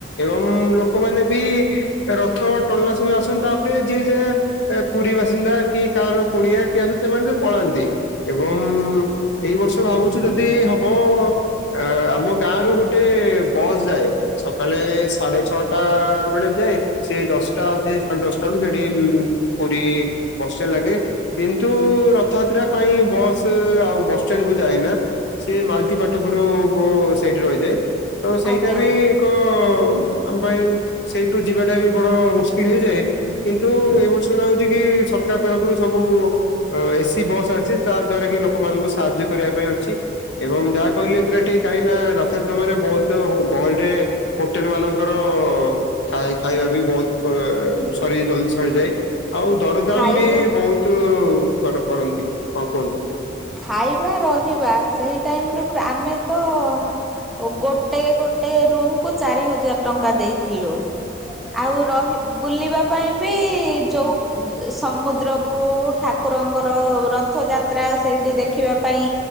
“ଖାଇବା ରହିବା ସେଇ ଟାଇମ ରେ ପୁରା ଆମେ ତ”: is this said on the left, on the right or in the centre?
Centre